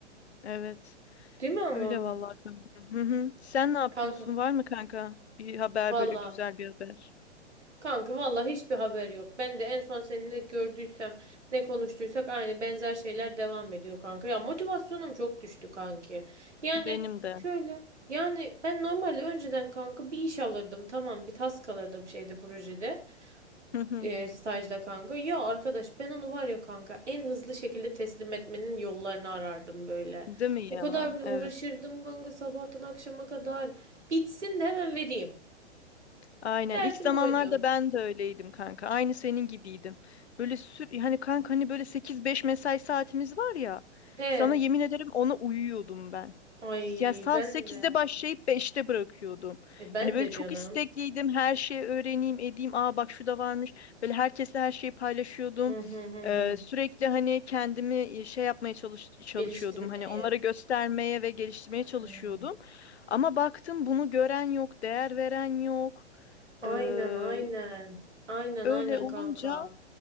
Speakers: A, on the left; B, on the right.
A: Evet.
B: Değil mi ama?
A: Öyle vallahi kanka. Hı hı. Sen ne yapıyorsun?
B: Kanka.
A: Var mı kanka? Bir haber
B: Valla.
A: böyle güzel bir haber.
B: Kanka vallahi hiçbir haber yok. Ben de en son seninle gördüysem ne konuştuysak aynı benzer şeyler devam ediyor kanka. Ya motivasyonum çok düştü kanki. Yani
A: Benim de.
B: şöyle yani ben normalde önceden kanka bir iş alırdım tamam bir task alırdım şeyde projede
A: Hı hı.
B: e, stajda kanka. Ya arkadaş ben onu var ya kanka en hızlı şekilde teslim etmenin yollarını arardım böyle.
A: Değil mi
B: O
A: ya?
B: kadar bile uğraşırdım
A: Evet.
B: kanka sabahtan akşama kadar bitsin de hemen vereyim.
A: Aynen.
B: Derdim
A: İlk zamanlarda
B: oydu.
A: ben de öyleydim kanka. Aynı senin gibiydim. Böyle sür hani kanka hani böyle sekiz beş mesai saatimiz var ya.
B: He.
A: Sana yemin ederim ona uyuyordum ben.
B: Ay
A: Ya saat
B: ben
A: sekizde
B: de.
A: başlayıp beşte bırakıyordum.
B: E ben
A: Yani böyle
B: de
A: çok
B: canım.
A: istekliydim. Her şeyi öğreneyim, edeyim. Aa bak şu da varmış. Böyle herkesle her şeyi paylaşıyordum.
B: Hı hı hı
A: Ee,
B: hı.
A: sürekli hani kendimi şey yapmaya çalış çalışıyordum.
B: Geliştirmeye.
A: Hani onlara göstermeye ve geliştirmeye çalışıyordum.
B: Hmm.
A: Ama baktım bunu gören yok, değer veren yok.
B: Aynen
A: Ee,
B: aynen. Aynen
A: öyle
B: aynen
A: olunca
B: kanka.